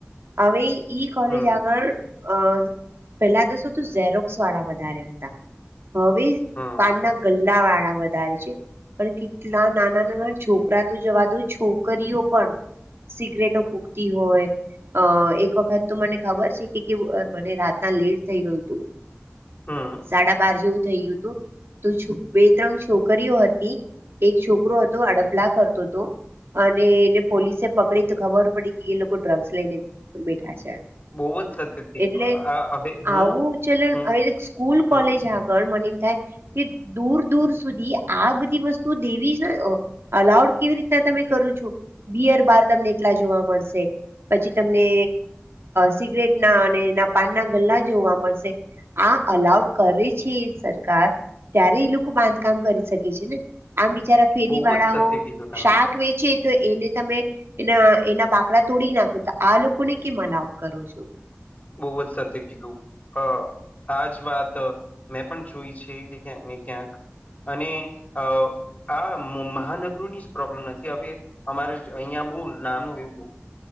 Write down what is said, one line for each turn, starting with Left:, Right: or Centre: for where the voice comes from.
Right: આવી કોલેજ
Left: હમ
Right: આગળ અ <unintelligible> પેલા તો શું ઝેરોક્ષવાળા વધારે હતા હવે
Left: હમ
Right: પાનના ગલ્લા વાળા વધારે છે. પણ કેટલા નાના નાના છોકરા તો જવા દો છોકરીઓ પણ સીગરેટો ફૂગતી હોય અ એક વખત તો મને ખબર છે કે મને રાતના લેટ થઈ ગયું હતું.
Left: હમ
Right: સાડા બાર જેવું થઇ ગયું હતું. તો બે ત્રણ છોકરીઓ હતી એક છોકરો હતો અ ડપલા કરતો હતો અને એને પોલીસે પકડી તો ખબર પડી કે એ લોકો ડ્રગ્સ લઈને બેઠા છે.
Left: બહુ જ સત્ય થઈ
Right: એટલે
Left: ગયું આ હવે હું
Right: આવું છે
Left: હમ
Right: સ્કૂલ
Left: હમ
Right: કોલેજ આગળ મને થાય. કે દૂર દૂર સુધી આ બધી વસ્તુ દેવી જ ને અલાઉડ કેવી રીતના તમે કરો છો બિયર બાર તમને એટલા જોવા મળશે પછી તમને સિગરેટ ના અને એ ના પાનના ગલ્લા જોવા મળશે. આ અલાઉડ કરે છે એ સરકાર ત્યારે એ લોકો બાંધકામ કરી શકે છે ને આમ બિચારા ફેરી
Left: બહુ
Right: વાળાઓ
Left: જ સત્ય કીધું તમે
Right: શાક વેચે. તો એને તમે એના એના બાકડા તોડી નાખો તો આ લોકોને કે અલાઉડ કરો છો
Left: બહુ જ સત્ય કીધું. અ આજ વાત મેં પણ જોઈ છે કે ક્યાંક ને ક્યાંક અને અ હા મહાનગરોની જ પ્રોબ્લેમ નથી અમારે અહિયાં બહુ નાનું એવું